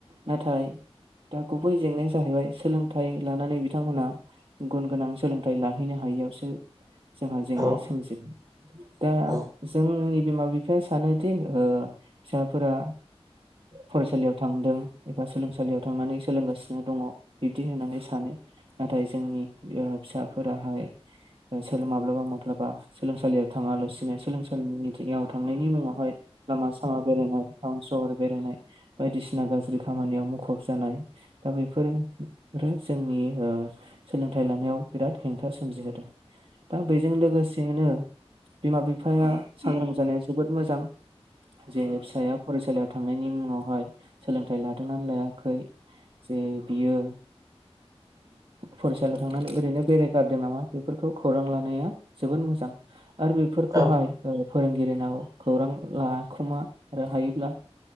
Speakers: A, on the right (about 55°); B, on the right (about 35°).
A: नाथाय दा गुबै जेंनाया जाहैबाय सोलोंथाइ लानानै बिथांमोनहा गुन गोनां सोलोंथाइ लाहैनो हा यैआवसो जों जेंना
B: औ
A: सोमजिबाय दा
B: औ
A: जोंनि बिमा-बिफाया सानोदि ओ फिसाफोरा फरायसालियाव थांदों एबा सोलोंसालियाव थांनानै सोलोंगासिनो दङ बिब्दि होननानै सानो नाथाय जोंनि फिसाफोराहाय बेसोर माब्लाबा माब्लाबा सोलोंसालियाव थाङालासिनो सोलोंसालिनि <unintelligible> थांनाय नि मुङावहाय लामा सामा बेरायनाय टाउन सहर बेरायनाय बायदिसिना गाज्रि खामानियाव मुखुब जानाय दा बेफोर जोंनि सोलोंथाइ लानायाव बिराद हेंथा सोमजिहोदों दा बेजों लोगोसेयैनो बिमा बिफाया सांग्रां जानाय। जोबोद मोजां जे फिसाया फरायसालियाव थांनायनि मुङावहाय। सोलोंथाइ लादोंना लायाखै जे बियो। फरायसालियाव थांनानै ओरैनो बेरायगारदों नामा बेफोरखौ खौरां लानाया जोबोद मो जां आरो बेफोरखौहाय
B: औ
A: फोरोंगिरिनाव खौरां लाखुमा आरो हायोब्ला।